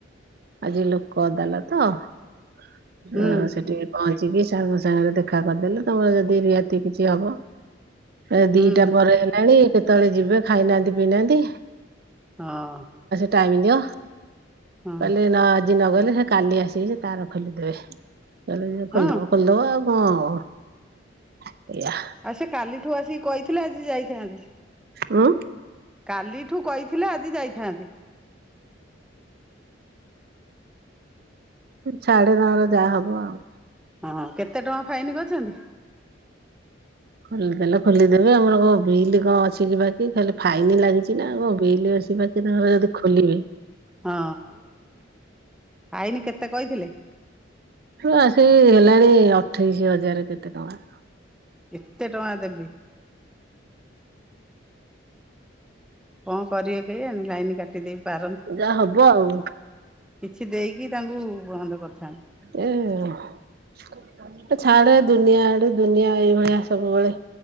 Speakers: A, on the right; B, in the centre.
A: ଆଜି ଲୋକ ଅଦାଲତ। ଆ
B: ହୁଁ
A: ସେଠିକି ପହଞ୍ଚି ଟିକେ ସାଙ୍ଗ ସାଙ୍ଗରେ ଦେଖା କରିଦେଲେ ତମର ଯଦି ରିହାତି କିଛି ହବ। ଏ
B: ହୁଁ
A: ଦିଟା ପରେ ହେଲାଣି କେତେବେଳେ ଯିବେ ଖାଇନାହାନ୍ତି ପିଇନାହାନ୍ତି।
B: ହଁ।
A: ଟାଇ ଦିଅ
B: ହଁ
A: କହିଲେ ନା ଆଜି ନଗଲେ ସେ କାଲି ଆସିକି ତାର ଖୋଲିଦେବେ କହିଲଲେ
B: ହଁ
A: ଖୋଲିଦବ ଖୋଲିଦବ ଆଉ। ହଁଅ ଏଇଆ।
B: ଆଉ ସେ କାଲିଠୁ ଆସିକି କହିଥିଲେ ଆଜି ଯାଇଥାନ୍ତେ।
A: ହଁ।
B: କାଲିଠୁ କହିଥିଲେ ଆଜି ଯାଇଥାନ୍ତିେ।
A: ଛାଡେ ତାଙ୍କର ଯାହା ହବ ଆଉ।
B: ହଁ କେତେ ଟଙ୍କା ଫାଇନି ଅଛନ୍ତି?
A: ଖୋଲି ଦେଲେ ଖୋଲିଦେବେ ଆମର କୋଉ ବିଲ୍ କଣ ଅଛି କି ବାକି ଖାଲି ଫାଇନ ଲାଗିଛି ନା ଆଉ କଣ। ବିଲୀ ଅଛି ପାଖରେ ନହେଲେ ଯଦି ଖୋଲିବି
B: ହଁ ଫାଇନି କେତେ କହିଥିଲେ?
A: ଆସିକି ହେଲାଣି ଅଠେଇଶି ହଜାର କେତେ ଟଙ୍କା।
B: ଏତେ ଟଙ୍କା ଦେବି। କଣ କରିବେ କେଇ ଆଣି ଲାଇନ୍ କାଟି ଦେଇେଇ ପାରନ୍ତି
A: ଯାହା ହବ ଆଉ
B: କିଛି ଦେଇକି ତାଙ୍କୁ ବନ୍ଦ କରିଥି
A: ଏ ହ। ଛାଡେ ଦୁନିଆ ଆଡୁ ଦୁନିଆ ଏଇଭଳିଆ ସବୁବେଳେ